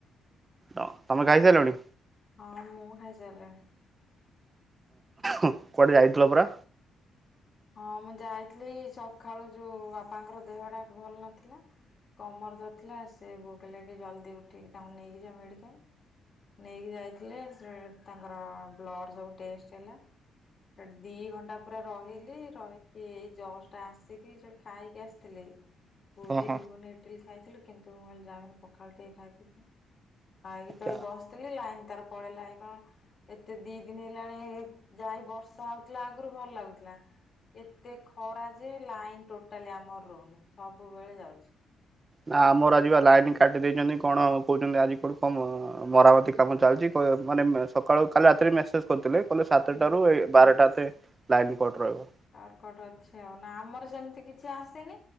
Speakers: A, on the right (about 30°); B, on the left (about 45°).
A: ତମେ ଖାଇସାରିଲଣି?
B: ହଁ ମୁଁ ଖାଇସାରିଲିଣି।
A: ହ କୁଆଡେ ଯାଇଥିଲ ପରା।
B: ହଁ ମୁଁ ଯାଇଥିଲି ସକାଳୁ ଯୋଉ ବାବାଙ୍କର ଦେହ ଟା ଭଲ ନଥିଲା କମର ଦଥିଲା ସେ ଭୋଗ ଲାଗି ଜଲ୍ଦି ଉଠିକି ତାଙ୍କୁ ନେଇକି ଯାଅ ମେଡ଼ିକାଲ। ନେଇକି ଯାଇଥିଲେ ସେ- - ତାଙ୍କର ବ୍ଲଡ଼ ସବୁ ଟେଷ୍ଟ ହେଲା। ସେଠି ଦି ଘଣ୍ଟା ପୁରା ରହିଲି। ରହିକି ଏଇ ଯକ୍ଷ୍ଟ ଟା ଆସିକି ଯୋ ଖାଇକି ଆସିଥିଲେ -- ପୁରୀ
A: ହଁ ହଁ।
B: ଘୁଗୁନ ଇଟିଲି ଖାଇଥିଲୁ। କିନ୍ତୁ ମୁଁ କହିଲି ଯାବିନି ପଖାଳ ଟିକେ ଖାଇଥିଲି। ଖାଇକି
A: ଆଚ୍ଛା।
B: ତ ଏଇ ବସିଥିଲି ଲାଇନ ତାର ପଳେଇଲା କି କଂ। ଏତେ ଦି ଦିନ ହେଲାଣି ଯାଇ ବର୍ଷା ହଉଥିଲା ଆଗରୁ ଭଲ ଲାଗୁଥିଲା। ଏତେ ଖରା ଯେ ଲାଇନ ଟୋଟାଲି ଆମର ରହୁନି ସବୁବେଳେ ଯାଉଚି।
A: ନା ଆମର ଆଜିିବା ଲାଇନ କାଟି ଦେଇେଇଚନ୍ତି କଣ କହୁଚନ୍ତି। ଆଜି କୋଠି କ ମରାମତି- - କାମ ଚାଲିଚି କ ମାନେ ସକାଳୁ କାଲି ରାତିରେ ମେସେଜ କରିଥିଲେ କହଲେ ସାତଟାରୁ
B: ହୁଁ ହୁଁ।
A: ଏ ବାରଟା ଭିତରେ ଲାଇନ କଟ ରହିବ।
B: ଆକଟ ଅଛି ଆଉ। ନା ଆମର ସେମିତି କିଛି ଆସିନି,